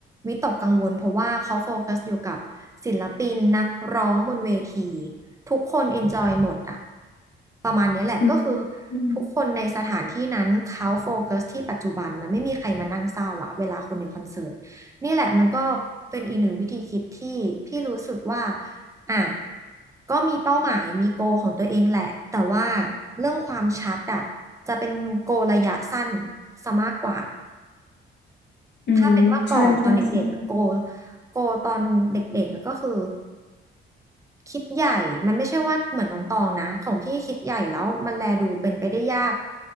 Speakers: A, on the right; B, on the left.
A: วิตกกังวลเพราะว่าเขาโฟกัสอยู่กับศิลปินนักร้องบนเวทีทุกคนเอนจอยหมดอะประมาณเนี้ยแหละก็คือ
B: อืมอืม
A: ทุกคนในสถานที่นั้นเขาโฟกัสที่ปัจจุบันมันไม่มีใครมานั่งเศร้าอะเวลาคนในคอนเสิร์ตนี่แหละมันก็เป็นอีกหนึ่งวิธีคิดที่พี่รู้สึกว่า อ่ะก็มีเป้าหมายมีโกของตัวเองแหละแต่ว่าเรื่องความชัดอ่ะจะเป็นโกระยะสั้นซะมากกว่า
B: อืมใช่ใช่ใช่
A: ถ้าเป็นเมื่อก่อนตอนเด็กๆอะโกโกตอนเด็กๆอะก็คือคิดใหญ่มันไม่ใช่ว่าเหมือนน้องตองนะของพี่คิดใหญ่แล้วมันแลดูเป็นไปได้ยาก